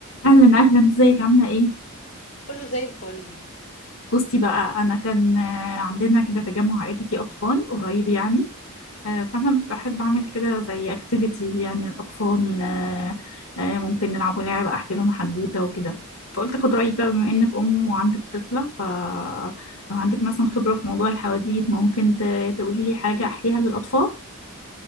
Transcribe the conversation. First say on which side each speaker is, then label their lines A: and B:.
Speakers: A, on the left; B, on the left.
A: اهلا اهلا ازيك عامله ايه
B: كله زي الفل
A: بصي بقى انا كان آه، عندنا كده تجمع عائلي فيه اطفال قريب يعني آه، فانا بحب اعمل كده زي اكتيفيتيز يعني الاطفال آه، آه، ممكن نلعبوا لعبه احكي لهم حدوته وكده فقلت اخد رايك بقى بما انك ام وعندك طفله فلو عندك مثلا خبره في موضوع الحواديت ممكن ت- تقولي لي حاجه احكيها للاطفال